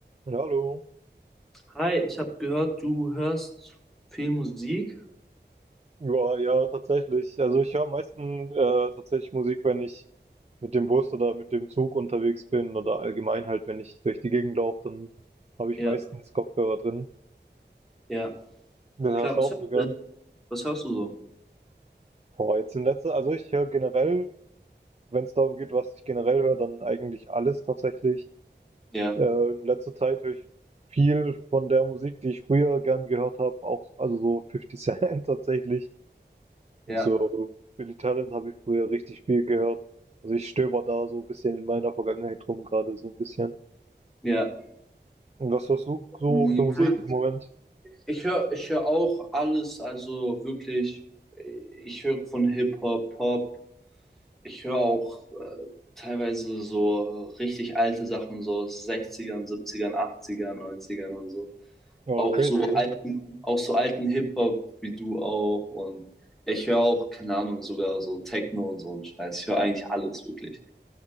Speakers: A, on the right (about 35°); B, in the centre.
A: Ja, Hallo.
B: Hi, ich habe gehört, du hörst viel Musik.
A: Ja, ja, tatsächlich. Also ich höre am meisten äh, tatsächlich Musik, wenn ich mit dem Bus oder mit dem Zug unterwegs bin oder allgemein halt, wenn ich durch die Gegend laufe, dann habe ich
B: Ja,
A: meistens Kopfhörer drin.
B: ja.
A: Das hörst
B: Klar,
A: du
B: was
A: auch
B: hörst,
A: so gern.
B: was hörst du so?
A: Boah, jetzt in letzter, also ich höre generell, wenn es darum geht, was ich generell höre, dann eigentlich alles tatsächlich.
B: Ja,
A: Äh, in letzter Zeit höre ich viel von der Musik, die ich früher gern gehört habe, auch also so Fifty Cent <laughs> tatsächlich.
B: ja,
A: Und so Billy Talent habe ich früher richtig viel gehört. Also ich stöber da so ein bisschen in meiner Vergangenheit rum, gerade so ein bisschen.
B: ja.
A: Und was hast du so
B: Mhm,
A: für Musik
B: Cool.
A: im Moment?
B: Ich höre, ich höre auch alles, also wirklich, ich höre von Hip-Hop, Pop. Ich höre auch äh, teilweise so richtig alte Sachen, so aus 60ern, 70ern, und so.
A: Ja,
B: auch
A: crazy.
B: so alten, auch so alten Hip-Hop wie du auch. Und ich höre auch, keine Ahnung, sogar so Techno und so einen Scheiß. Ich höre eigentlich alles wirklich.